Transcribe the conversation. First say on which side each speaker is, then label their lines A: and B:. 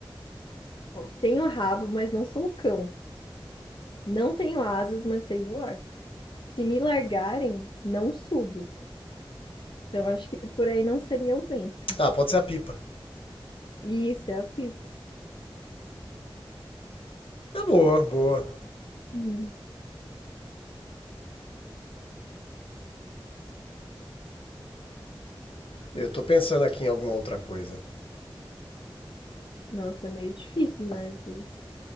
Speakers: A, on the left; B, on the left.
A: Ó, Tenho rabo, mas não sou cão. Não tenho asas, mas sei voar. Se me largarem, não subo. Então acho que por aí não seria o vento.
B: Ah, pode ser a pipa.
A: Isso, é a pipa.
B: É boa, boa.
A: Hum.
B: Eu tô pensando aqui em alguma outra coisa.
A: Nossa, é meio difícil, né? Esses,